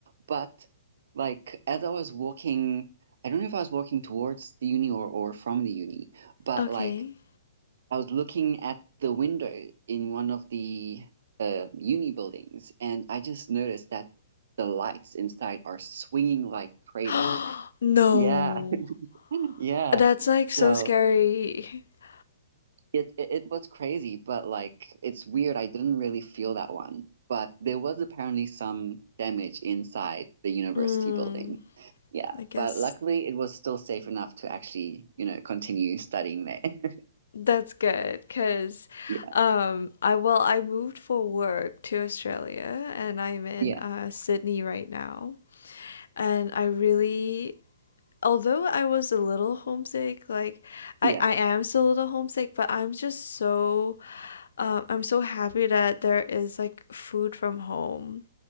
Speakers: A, on the right; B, on the left.
A: But like as I was walking, I don't know if I was walking towards the uni or or from the uni, but
B: Okay.
A: like I was looking at the window in one of the uh, uni buildings, and I just noticed that the lights inside are swinging like crazy.
B: <gasps> No.
A: Yeah, <laughs> yeah.
B: That's like so
A: So
B: scary. <laughs>
A: it, it it was crazy, but like it's weird. I didn't really feel that one, but there was apparently some damage inside the university
B: Mm,
A: building. Yeah,
B: I guess
A: but luckily it was still safe enough to actually, you know, continue studying there. <laughs>
B: That's good because
A: Yeah,
B: um I well I moved for work to Australia and I'm in
A: yeah,
B: uh Sydney right now. And I really although I was a little homesick, like I
A: yeah,
B: I am still a little homesick, but I'm just so um I'm so happy that there is like food from home